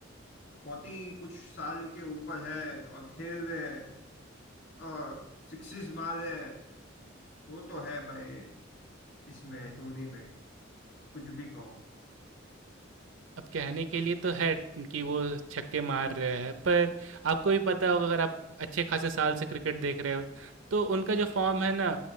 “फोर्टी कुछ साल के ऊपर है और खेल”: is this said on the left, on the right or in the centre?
Left